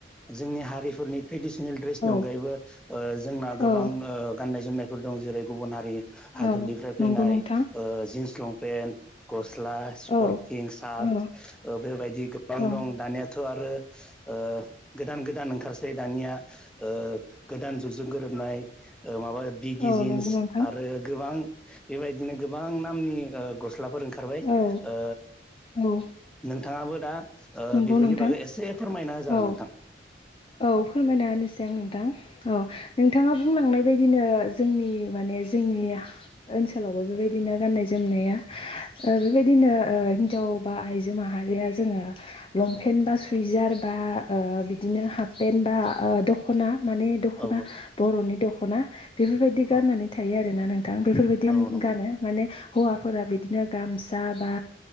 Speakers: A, in the centre; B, on the left.
A: जोंनि हारिफोरनि ट्रेडिसनेल ड्रेसनि
B: औ
A: अनगायैबो ओ जोंना गोबां
B: औ
A: ओ गाननाय जोमनाय दं जेरै गुबुन हारि हादरनिफ्राय
B: औ
A: फैनाय
B: नंगौ नोंथां
A: ओ जिन्स लंपे पेन्ट गस्ला स्पर्थिं
B: औ
A: सार्ट
B: औ
A: ओ बेबायदि गोबां
B: औ
A: दं दानिया थ' आरो ओ गोदान गोदान ओंखारसै दानिया ओ गोदान जुगजों गोरोबनाय ओ माबा बिगि
B: औ
A: जिन्स
B: नंगौ नोंथां
A: आरो गोबां बेबायदिनो गोबां नामनि ओ गस्लाफोर ओंखारबाय
B: औ
A: ओ
B: औ
A: नोंथाङाबो दा
B: नंगौ
A: बेफोरनि
B: नोंथां
A: बागै एसे फोरमायना होजागोन
B: औ
A: नोंथां।
B: औ फोरमायना होनोसै आं नोंथां औ नोंथाङा बुंलांनाय बेबायदिनो जोंनि माने जोंनि ओनसोलावबो बेबायदिनो गाननाय जोमनाया ओ बेबायदिनो ओ हिनजाव बा आइजो माहारिया जोङो लंपेन्ट बा सुइजार बा ओ बिदिनो हा पेन बा ओ- दख'ना माने दख'ना
A: औ
B: बर'नि दख'ना बेफोरबायदि गाननानै
A: औ
B: थायो आरो ना नोंथां बेफोरबायदि
A: औ नंगौ
B: गानो माने हौवाफोरा बिदिनो गामसा बा